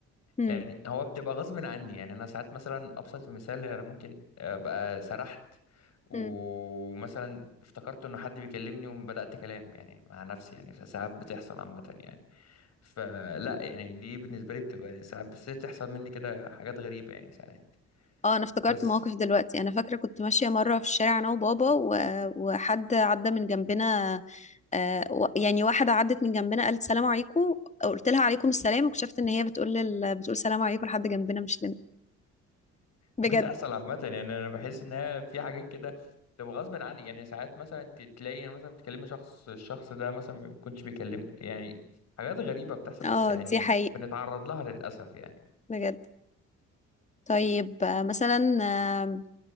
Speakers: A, on the left; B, on the left.
A: هم
B: يعني هو بتبقى غصب عني يعني انا ساعات مثلا ابسط المثال انا ممكن آه، ابقى سرحت ومثلا
A: هم
B: افتكرت ان حد بيكلمني وبدات كلام يعني مع نفسي يعني ساعات بتحصل عامه يعني فلا يعني دي بالنسبه لي بتبقى ساعات بس تحصل مني كده حاجات غريبه يعني ساعات
A: اه أنا افتكرت
B: بس
A: موقف دلوقتي أنا فاكرة كنت ماشية مرة في الشارع أنا وبابا و... وحد عدى من جنبنا آه، و- يعني واحدة عدت من جنبنا قالت سلام عليكم قلت لها عليكم السلام واكتشفت ان هي بتقول لل... بتقول سلام عليكم لحد جنبنا مش لنا بجد
B: بتحصل عامة يعني أنا بحس إن هي في حاجات كده تبقى غصب عني يعني ساعات مثلا ت- تلاقي أنا مثلا بتكلمي شخص الشخص ده مثلا ما يكونش بيكلمني يعني حاجات غريبة بتحصل
A: اه
B: بس يعني
A: دي حقيقة
B: بنتعرض لها للأسف يعني
A: بجد طيب آه، مثلا آه،